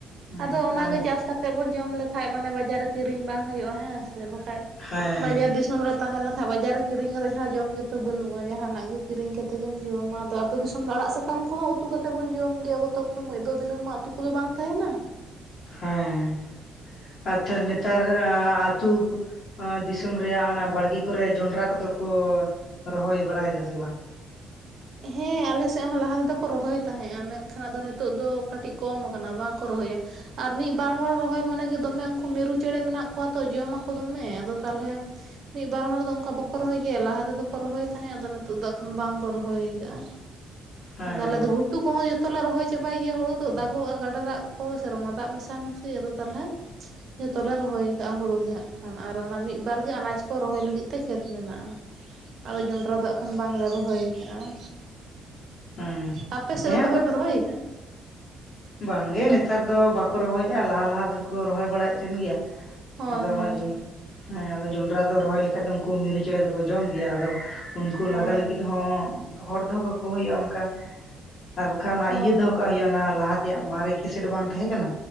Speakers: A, on the left; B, on the right.
A: ᱦᱮᱸ
B: ᱟᱫᱚ ᱚᱱᱟ
A: ᱟᱨ
B: ᱜᱮ ᱪᱟᱥ ᱠᱟᱛᱮᱫ ᱵᱚᱱ ᱡᱚᱢ ᱞᱮᱠᱷᱟᱡ ᱢᱟᱱᱮ ᱵᱟᱡᱟᱨ ᱨᱮ ᱠᱤᱨᱤᱧ ᱵᱟᱝ ᱦᱩᱭᱩᱜᱼᱟ ᱦᱮᱸ ᱥᱮ ᱵᱟᱠᱷᱟᱡ,
A: ᱦᱮᱸ
B: ᱵᱟᱡᱟᱨ ᱫᱤᱥᱚᱢ ᱛᱟᱦᱮᱸ ᱞᱮᱱ ᱠᱷᱟᱡ ᱵᱟᱡᱟᱨ ᱨᱮ ᱠᱤᱨᱤᱧ ᱠᱟᱛᱮᱫ ᱪᱷᱟᱲᱟ ᱡᱚᱢ ᱜᱮᱛᱚ ᱵᱟᱹᱱᱩᱜᱼᱟ, ᱡᱟᱸᱦᱟ ᱱᱟᱸᱜ ᱜᱮ ᱠᱤᱨᱤᱧ ᱠᱟᱛᱮᱜ ᱜᱮᱢ ᱡᱚᱢᱟ, ᱟᱫᱚ ᱛᱚ ᱫᱤᱥᱚᱢ ᱫᱚ ᱟᱸᱲᱟᱜ ᱥᱟᱠᱟᱢ ᱠᱚᱦᱚᱸ ᱩᱛᱩ ᱠᱟᱛᱮᱫ ᱵᱚᱱ ᱡᱚᱢ ᱜᱮᱭᱟ ᱠᱚᱛᱚᱠ ᱥᱚᱢᱚᱭ ᱫᱚ ᱫᱤᱱᱟᱹᱢ ᱢᱟ ᱩᱛᱩ ᱠᱚᱫᱚ ᱵᱟᱝ ᱛᱟᱦᱮᱱᱟ᱾
A: ᱦᱮᱸ ᱟᱨ <inaudible> ᱱᱮᱛᱟᱨ ᱟᱹᱛᱩ ᱫᱤᱥᱚᱢ ᱨᱮᱭᱟᱜ ᱚᱱᱟ ᱵᱟᱲᱜᱤ ᱠᱚᱨᱮ ᱡᱚᱱᱰᱨᱟ ᱠᱚᱫᱚ ᱠᱚ ᱨᱚᱦᱚᱭ ᱵᱟᱲᱟᱭ ᱮᱫᱟ ᱥᱮ ᱵᱟᱝ?
B: ᱦᱮᱸ ᱟᱞᱮ ᱥᱮᱫ ᱦᱚᱸ ᱞᱟᱦᱟ ᱛᱮᱫᱚ ᱠᱚ ᱨᱚᱦᱚᱭ ᱛᱟᱦᱮᱸᱫᱼᱟ, ᱢᱮᱱ ᱠᱷᱟᱱ ᱟᱫᱚ ᱱᱤᱛᱚᱜ ᱫᱚ ᱠᱟᱹᱴᱤᱡ ᱠᱚᱢ ᱠᱟᱱᱟ ᱵᱟᱝ ᱠᱚ ᱨᱚᱦᱚᱭᱟ᱾ ᱟᱨ ᱢᱤᱫ ᱵᱟᱨ ᱦᱚᱲ ᱨᱚᱦᱚᱭ ᱢᱟᱱᱮ ᱜᱮ ᱫᱚᱢᱮ ᱩᱱᱠᱩ ᱢᱤᱨᱩ ᱪᱮᱬᱮ ᱢᱮᱱᱟᱜ ᱠᱚᱣᱟ ᱛᱚ ᱡᱚᱢᱟ ᱟᱠᱚ ᱫᱚᱢᱮ, ᱟᱫᱚ ᱛᱟᱦᱞᱮ ᱢᱤᱫ ᱵᱟᱨ ᱦᱚᱲ ᱫᱚ ᱚᱱᱠᱟ ᱵᱟᱠᱚ ᱨᱚᱦᱚᱭ ᱜᱮᱭᱟ ᱞᱟᱦᱟ ᱛᱮᱫᱚ ᱠᱚ ᱨᱚᱦᱚᱭ ᱛᱟᱦᱮᱸᱫ, ᱟᱫᱚ ᱱᱤᱛᱚᱜ ᱫᱚ ᱟᱠᱷᱟᱱ ᱵᱟᱝ ᱠᱚ ᱨᱚᱦᱚᱭ ᱠᱟᱜᱼᱟ᱾
A: ᱦᱮᱸ
B: ᱟᱫᱚ ᱟᱞᱮ ᱫᱚ ᱜᱷᱩᱴ ᱜᱷᱩᱴᱩ ᱠᱚᱦᱚᱸ ᱡᱚᱛᱚ ᱞᱮ ᱨᱚᱦᱚᱭ ᱪᱟᱵᱟᱭ ᱜᱮᱭᱟ ᱦᱳᱲᱳ ᱫᱚ, ᱫᱟᱜᱚᱜᱼᱟ ᱜᱟᱰᱟ ᱫᱟᱜ ᱠᱚ ᱥᱮᱨᱢᱟ ᱫᱟᱜ ᱢᱮᱥᱟ ᱢᱮᱥᱤ ᱟᱫᱚ ᱛᱟᱞᱦᱮ ᱡᱚᱛᱚ ᱞᱮ ᱨᱚᱦᱚᱭ ᱠᱟᱜᱼᱟ ᱦᱩᱲᱩ ᱜᱮ ᱦᱟᱸᱜ ᱠᱷᱟᱱ ᱟᱨ ᱚᱱᱟ ᱢᱤᱫ ᱵᱟᱨ ᱜᱮ ᱟᱱᱟᱪ ᱠᱚ ᱨᱚᱦᱚᱭ ᱞᱟᱹᱜᱤᱫ ᱛᱮ ᱠᱷᱮᱛ ᱢᱮᱱᱟᱜᱼᱟ᱾
A: <unintelligible>
B: ᱟᱫᱚ ᱡᱚᱱᱰᱨᱟ ᱫᱚ ᱦᱟᱸᱜ ᱠᱷᱟᱱ ᱵᱟᱝᱞᱮ ᱨᱚᱦᱚᱭ ᱟᱠᱟᱜᱼᱟ᱾
A: ᱦᱮᱸ
B: ᱟᱯᱮ ᱥᱮᱫ
A: ᱦᱮᱸ
B: ᱫᱚ ᱛᱚᱵᱮ ᱯᱮ ᱨᱚᱦᱚᱭ ᱟᱠᱟᱜ-ᱟ?
A: ᱵᱟᱝ ᱜᱮ ᱱᱮᱛᱟᱨ ᱫᱚ ᱵᱟᱠᱚ ᱨᱚᱦᱚᱭᱮᱜᱼᱟ, ᱞᱟᱦᱟ ᱞᱟᱦᱟ ᱫᱚᱠᱚ ᱨᱚᱦᱚᱭ ᱵᱟᱲᱟᱭᱮᱫ ᱛᱟᱸᱦᱮᱱ ᱜᱮᱭᱟ᱾
B: ᱦᱳᱭ
A: ᱟᱫᱚ
B: ᱦᱳᱭ
A: ᱚᱱᱟ ᱡᱚᱱᱰ, ᱦᱮᱸ ᱟᱫᱚ ᱡᱚᱱᱰᱨᱟ ᱫᱚ ᱨᱚᱦᱚᱭ ᱞᱮᱠᱷᱟᱡ ᱫᱚ ᱩᱱᱠᱩ ᱢᱤᱨᱩ ᱪᱮᱬᱮ ᱫᱚᱠᱚ ᱡᱚᱢ ᱜᱮᱭᱟ, ᱟᱫᱚ ᱩᱱᱠᱩ
B: ᱦᱳᱭ
A: ᱞᱟᱜᱟ ᱞᱟᱹᱜᱤᱫ ᱦᱚᱸ ᱦᱚᱲ ᱫᱚᱦᱚ ᱠᱟᱠᱚ ᱦᱩᱭᱩᱜᱼᱟ ᱚᱱᱠᱟ, ᱟᱨ ᱵᱟᱠᱷᱟᱡ ᱚᱱᱟ
B: ᱦᱳᱭ
A: ᱤᱭᱟᱹ ᱫᱚᱦᱚ ᱠᱟᱜ ᱦᱩᱭᱩᱜ, ᱚᱱᱟ ᱞᱟᱦᱟ ᱛᱮᱭᱟᱜ ᱢᱟᱨᱮ ᱠᱮᱥᱮᱴ ᱵᱟᱝ ᱛᱟᱦᱮᱸ ᱠᱟᱱᱟ,